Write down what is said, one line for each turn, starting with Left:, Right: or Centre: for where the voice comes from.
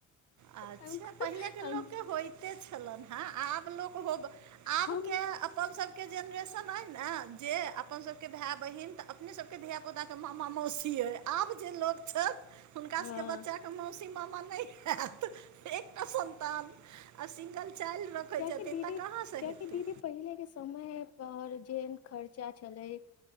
Right: अच्छा
Left: हम
Right: पहिले के
Left: हम
Right: लोके होइत। होइते छलहेन आब लोक हो आब
Left: हम
Right: के। अपन सबके जेनरेशन अय ने जे अपन सबके भै बहिन तऽ अपने सबके धिया। पुता केऽ मामा मौसी अई। आब जे लोक छैथ हुनका
Left: हँ
Right: सबके बच्चा के मौसी मामा नहि हैत। एकटा संतान आ सिंगल चाइल्ड रखैय
Left: कियाकि
Right: छथिन
Left: दीदी
Right: तऽ कहां से
Left: कियाकि
Right: हेतैय।
Left: दीदी पहिले के समय पर जेहन खर्चा छलैय